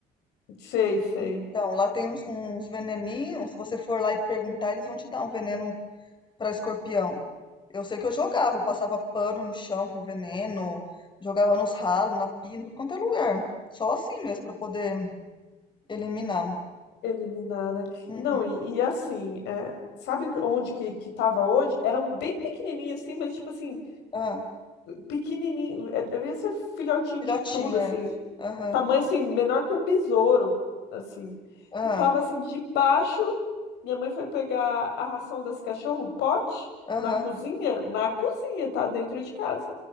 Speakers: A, on the left; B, on the left.
A: Sei, sei.
B: Então, lá tem uns, uns veneninhos. Se você for lá e perguntar, eles vão te dar um veneno pra escorpião. Eu sei que eu jogava, eu passava pano no chão com veneno, jogava nos ralos, na pia, em tudo quanto é lugar. Só assim mesmo, pra poder eliminar.
A: Eliminada.
B: Uhum.
A: E Não, e, e assim, é, sabe que- onde que, que tava hoje? Eram bem pequenininhos assim, mas tipo assim,
B: Ah,
A: pequenininho, é, devia ser filhotinho
B: filhotinho,
A: de tudo, assim.
B: é. Aham,
A: Tamanho assim, menor que um besouro, assim.
B: ah,
A: E tava assim, debaixo, minha mãe foi pegar a ração das cachorras, o pote,
B: aham.
A: na cozinha, na cozinha, tá? Dentro de casa.